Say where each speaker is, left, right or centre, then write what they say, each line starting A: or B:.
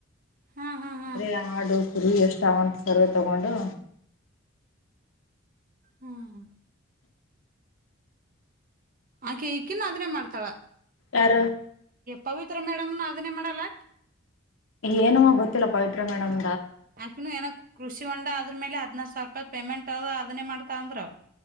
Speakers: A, on the right; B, on the left.
A: ಹಾ ಹಾ ಹಾ
B: ಅಂದ್ರೆ ಆಡು ಕುರಿ ಎಷ್ಟಾವಂತ ಸರ್ವೇ ತಗೊಂಡು
A: ಹ್ಮ್ ಆ ಈಕಿನ ಅದನ್ನೇ ಮಾಡ್ತಾಳ
B: ಯಾರ
A: ಪವಿತ್ರ ಮೇಡಮ್ ನ ಅದನ್ನೇ ಮಾಡಲ್ಲ
B: ಏನೋ ಗೊತ್ತಿಲ್ಲ ಪವಿತ್ರ ಮೇಡಮ್
A: <unintelligible> <unintelligible> ಕೃಷಿ ಹೊಂಡ ಅದ್ರ ಮೇಲೆದನಾರ ಸಾವರ ರೂಪಾಯಿ ಪೇಮೆಂಟ್ ಅದೇನಾ ಮಾಡ್ತ ಅಂದ್ರರು